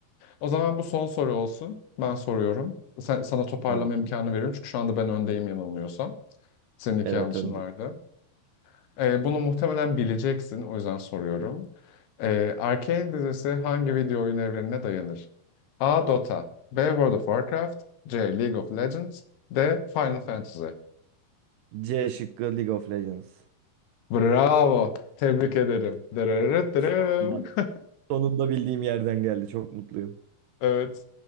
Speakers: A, on the left; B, on the right.
A: O zaman bu son soru olsun. Ben soruyorum. Sen- sana toparlama
B: Tamam.
A: imkanı veriyorum. Çünkü şu anda ben öndeyim yanılmıyorsam. Senin iki
B: Evet
A: yanlışın
B: önde.
A: vardı. Ee, bunu muhtemelen bileceksin. O yüzden soruyorum. Ee, Arcane dizisi hangi video oyun evrenine dayanır? A. Dota B. World of Warcraft C. League of Legends D. Final Fantasy
B: C şıkkı League of Legends.
A: Bravo. Tebrik ederim. Dırırırırım.
B: Ama
A: <laughs>
B: Sonunda bildiğim yerden geldi. Çok mutluyum.
A: Evet.